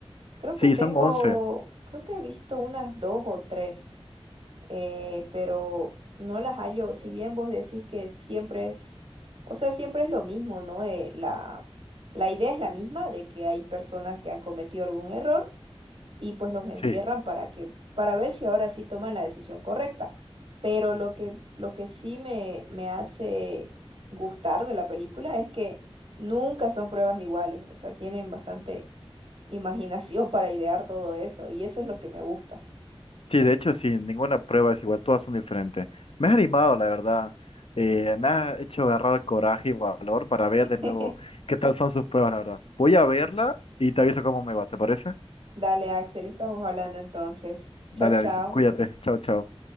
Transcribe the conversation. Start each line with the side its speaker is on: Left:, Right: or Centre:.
Right: Creo
Left: Sí,
Right: que tengo,
Left: son once
Right: creo que he visto unas dos o tres, eh, pero no las hallo. Si bien vos decís que siempre es, o sea, siempre es lo mismo, ¿no? Eh, la, la idea es la misma de que hay personas que han cometido algún error y pues los encierran
Left: Sí,
Right: para que, para ver si ahora sí toman la decisión correcta. Pero lo que, lo que sí me, me hace gustar de la película es que nunca son pruebas iguales, o sea, tienen bastante imaginación <laughs> para idear todo eso y eso es lo que me gusta.
Left: sí, de hecho, sí, ninguna prueba es igual, todas son diferentes. Me has animado, la verdad. Eh, me has hecho agarrar coraje y valor para ver
Right: <laughs>
Left: de nuevo qué tal son sus pruebas, la verdad. Voy a verla y te aviso cómo me va, ¿te parece?
Right: Dale, Axel, estamos hablando entonces.
Left: Dale,
Right: Chao, chao.
Left: Alison, cuídate. Chao, chao.